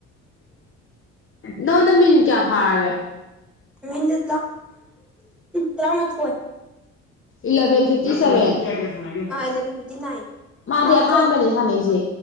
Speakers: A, on the left; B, in the centre.
A: ꯅꯉꯣꯟꯗ ꯃꯤꯟ ꯀꯌꯥ ꯐꯥꯔꯒꯦ
B: ꯃꯤꯦ ꯇ꯭ꯔꯥ ꯃꯊ ꯍꯏ
A: eleven fifty seven
B: ah eleven fifty nine
A: ꯃꯥꯗꯤ
B: ꯑꯥ
A: ꯍꯍꯥꯟꯕꯅꯦ
B: ꯇꯨꯋꯦꯜꯞ
A: ꯁꯥꯟꯅꯩꯁꯦ